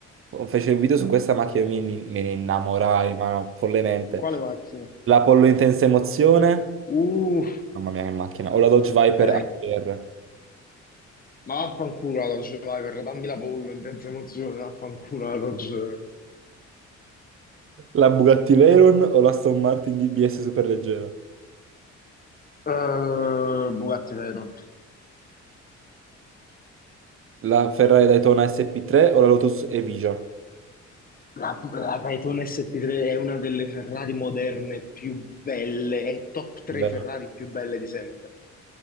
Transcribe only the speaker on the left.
quale macchina?
Uh,
eh,
ma vaffanculo la Dodge, vai, per dammi la pollo, intensa emozione, vaffanculo la Dodge.
Eh, Bugatti Veyron.
La, la Daytona ST3 è una delle Ferrari moderne più belle, è top 3
Ferrari più belle di sempre.